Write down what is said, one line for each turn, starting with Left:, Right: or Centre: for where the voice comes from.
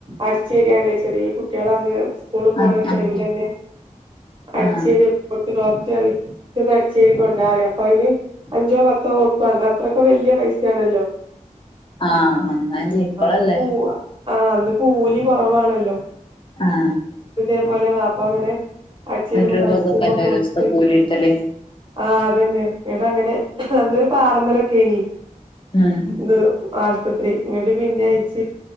Right: അടിച്ചേരെണ്ട് ചെറീ കുട്ടിലാണ് സ്കൂള് പോണ
Left: ആഹ് ആഹ്
Right: ടൈമിലെന്നെ അടിച്ചേരി
Left: ആഹ്
Right: കൊ ഡോ അടിച്ചെരി ഇജോന്ന് അടിച്ചേരി കൊണ്ടാറിം അപ്പയന് അഞ്ചോ പത്തോ കൊടുക്കും അന്നത്രകെ വലിയ പൈ സാണല്ലോ.
Left: ആഹ് ഒന്നാം തീ ഇപ്പളല്ലേ
Right: അങ്ങട് പോവാ അന്ന് കൂലി കൊറവാണല്ലോ
Left: ആ ഹ
Right: തെ പോലെ വാപ്പവരെ അടിച്ചേരിപ്പം
Left: രൂപക്കൊക്കെല്ലേ
Right: പൈസക്കേ കൊടുത്ത്
Left: ഒരൂസ്ത്തെ കൂലിട്ടല്
Right: ആ അതെന്നെ ഇവിടേങ്ങനെ അന്നൊരു പാറമ്മലോക്കെനി
Left: ഉം
Right: ത് ആസ്പത്രി ഇങ്ങട്ട് പിന്നെയ്ച്ച